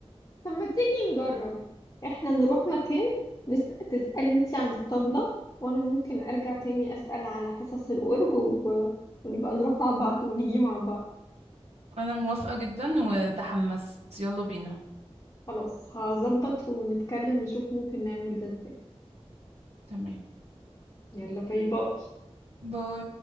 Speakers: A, on the left; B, on the right.
A: طب ما تيجي نجرب احنا نروح مكان نس... تسألي انتي عن الطبلة وانا ممكن ارجع تاني اسأل على حصص الأورج و... ونبقى نروح مع بعض ونيجي مع بعض
B: انا موافقة جدا وتحمست يلا بينا
A: خلاص هظبط ونتكلم نشوف ممكن نعمل ده ازاي
B: تمام
A: يلا باي باي
B: باي